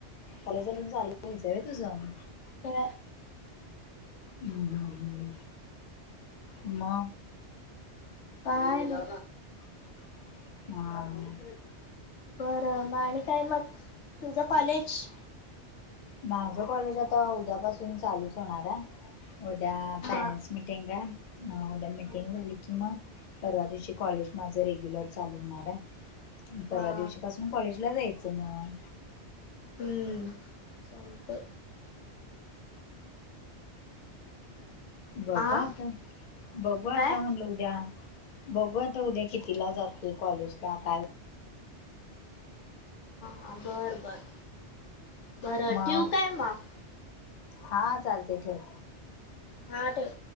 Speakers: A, on the left; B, on the left.
A: कॉलेज अजून चालूयच तुझग
B: ते
A: हम्म हम्म ह् म
B: काय ना
A: हम्
B: बरं मग आणि काय मग तुझं कॉलेज.
A: माझं कॉलेज आता उद्यापासून चालूच होणार आहे उद्या,
B: हा
A: पेरेटस मीटिंग आहे मीटिंग
B: हा
A: वली. मग परवा दिवशी कॉलेज माझ रेग्युलर चालू होणार आहे परवा
B: हा
A: दिवशी पाून मग कॉलेजला जायचं मग
B: हम्म सते
A: बघवता
B: आ
A: बघवता
B: काय
A: म्हणल उद्या बघू आता उद्या कितीला जाते कॉलेजला काय
B: हां बरं बरं बरं
A: मग
B: ठेवू काय मग
A: हा चालते ठेव
B: हा ठेव